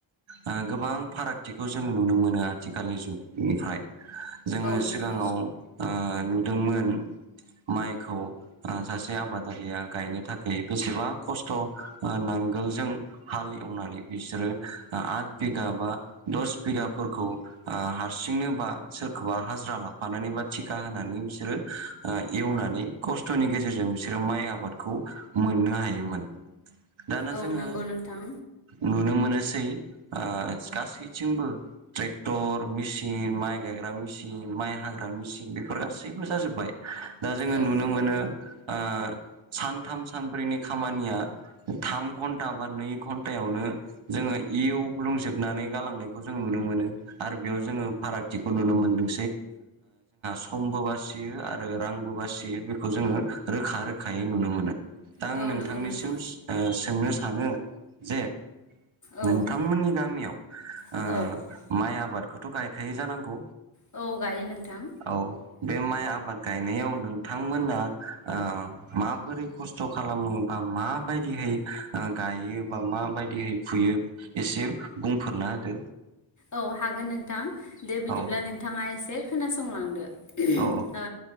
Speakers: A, on the right (about 70°); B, on the left (about 35°).
A: ओ गोबां फारागथिखौ जों नुनो मोनो आथिखालनि जुगनिफ्राय। जोङो
B: औ
A: सिगाङाव
B: नंगौ
A: ओ नुदोंमोन माइखौ सासे आबादारिया गायनो थाखाय बेसेबा खस्थ' नांगोलजों हाल एवनानै बिसोरो आद बिगा बा दस बिगाफोरखौ हारसिंनो बा सोरखौबा हाजिरा ला नानै बा थिखा होनानै बिसोरो एवनानै खस्थ'नि गेजेरजों बिसोरो माइ आबादखौ मोननो हायोमोन। दाना
B: औ
A: जोङो
B: नंगौ नोंथां
A: नुनो मोनोसै ओ गासैथिंबो ट्रेक्टर मेचिन माइ गायग्रा मेचिन माइ हाग्रा मेचिन बेफोर गासैबो जाजोब्बाय। दा जोङो
B: औ
A: नुनो
B: नंगौ
A: मोनो। ओ सथाम सानब्रैनि खामानिया थाम घन्टा बा नै घन्टायावनो जोङो इउ ब्लुंजोबनानै गालांनायखौ नुनो मोनो। आरो बेयाव जोंङोफारागथिखौनुनो मोनो। समबो बासियो आरो रांबो बासियो बेखौ जोङो रोखा रोखायै नुनो मोनो। दा
B: औ
A: आं नोंथांनिसिम
B: नंगौ नोंथां
A: ओ सोंनो सानो जे
B: औ
A: नोंथांमोननि गामियाव
B: औ
A: ओ माइ आबादखौथ' गायखायै जानांगौ?
B: औ गायो नोंथां
A: औ बे माइ आबाद गायनायाव नोंथांमोना ओ माबोरै खस्थ' खालामोबा माबायदिहै गायो बा माबायदिहै फुयो? एसे बुंफोरना होदो।
B: औ हागोन नोंथां दे बिदिब्ला
A: औ
B: नोंथाङा एसे खोनासंलांदो।
A: औ
B: ओ